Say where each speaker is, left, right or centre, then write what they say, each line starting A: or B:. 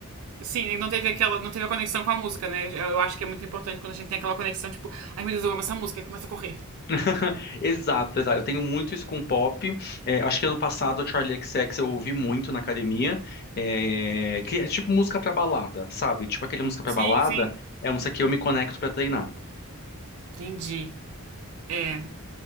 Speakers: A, on the right; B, on the left.
A: Sim, não teve aquela, não teve a conexão com a música, né? Eu eu acho que é muito importante quando a gente tem aquela conexão, tipo, ai meu Deus, eu amo essa música, e começa a correr.
B: <laughs> Exato, exato. Eu tenho muito isso com pop. É, acho que ano passado o Charlie XX eu ouvi muito na academia, é, que é tipo música pra balada, sabe? Tipo aquele música pra
A: Sim,
B: balada
A: sim.
B: é um música que eu me conecto pra treinar.
A: Entendi. É.